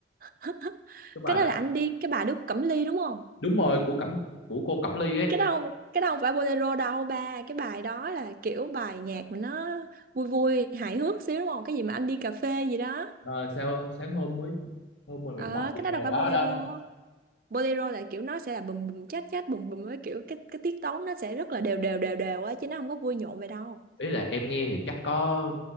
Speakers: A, on the right; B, on the left.
A: <laughs>
B: cái bài
A: cái đó
B: đó
A: là anh đi cái bài Đức Cẩm Ly đúng không
B: đúng rồi của Cẩm của cô Cẩm Ly ấy
A: cái đó không- cái đó không phải bolero đâu ba cái bài đó là kiểu bài nhạc mà nó vui vui hài hước xíu đúng không cái gì mà anh đi cà phê gì đó
B: Ờ, sao sáng hôm mới hôm mười mệt
A: ờ
B: mỏi về
A: cái đó đâu phải
B: đó
A: bolero
B: đó đó
A: bolero là kiểu nó sẽ là bùm bùm chát chát bùm bùm với kiểu cái cái tiết tấu nó sẽ rất là đều đều đều đều á chứ nó không có vui nhộn vậy đâu
B: ý là em nghe thì chắc có